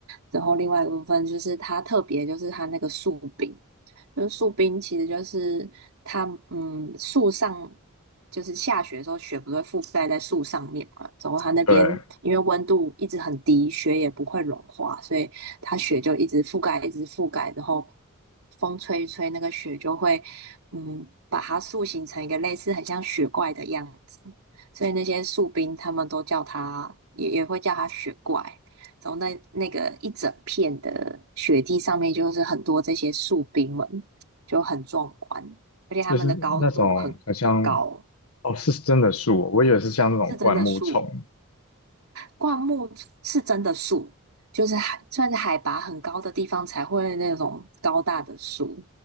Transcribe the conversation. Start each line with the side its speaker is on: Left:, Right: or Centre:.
Right: 然后另外一个部分就是它特别就是它那个树冰，就是树冰其实就是它嗯树上就是下雪的时候雪不是会覆盖在树上面嘛，然后它那边因为温度一直很低，
Left: 对，
Right: 雪也不会融化，所以。它雪就一直覆盖，一直覆盖，然后风吹一吹，那个雪就会嗯把它塑形成一个类似很像雪怪的样子，所以那些树冰他们都叫它，也也会叫它雪怪。然后那那个一整片的雪地上面就是很多这些树冰们，就很壮观，而且它们的高度很高，
Left: 就是那种好像哦，是真的树哦，我以为是像那种灌木丛，
Right: 是真的树。灌木是真的树，就是海，算是海拔很高的地方才会那种高大的树，